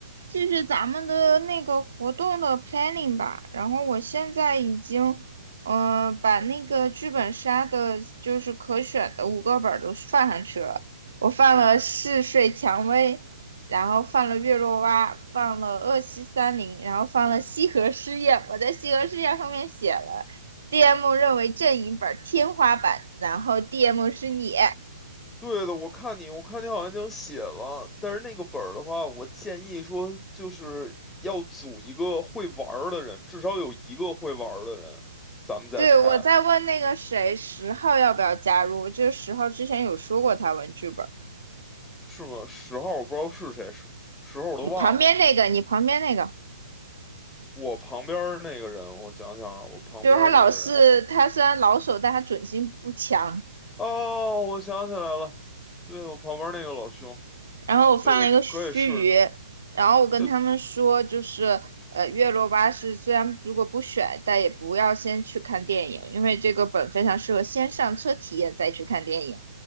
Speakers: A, on the right (about 75°); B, in the centre.
A: 继续咱们的那个活动的 planning 吧。然后我现在已经，嗯，把那个剧本杀的，就是可选的五个本儿都放上去了。我放了嗜睡蔷薇，然后放了月落蛙，放了恶西三零，然后放了西河试验。我在西河试验上面写了 DM 认为阵营本儿天花板，然后 DM 是你。
B: 对的，我看你，我看你好像已经写了，但是那个本儿的话，我建议说就是要组一个会玩儿的人，至少有一个会玩儿的人，咱们再开，
A: 对，我在问那个谁，十号要不要加入？就是十号之前有说过他玩剧本儿
B: 是吗？十号我不知道是谁，十十号我都忘了。
A: 你旁边那个，你旁边那个，
B: 我旁边儿那个人，我想想啊，我旁边儿那个人，
A: 就是他老是他虽然老手，但他准心不强。
B: 哦，我想起来了，对，我旁边儿那个老兄。
A: 然后我放了一个须臾，
B: 对的，可以试试。
A: 然后我跟他们说，
B: 就
A: 就是呃，月落巴士虽然如果不选，但也不要先去看电影，因为这个本非常适合先上车体验再去看电影。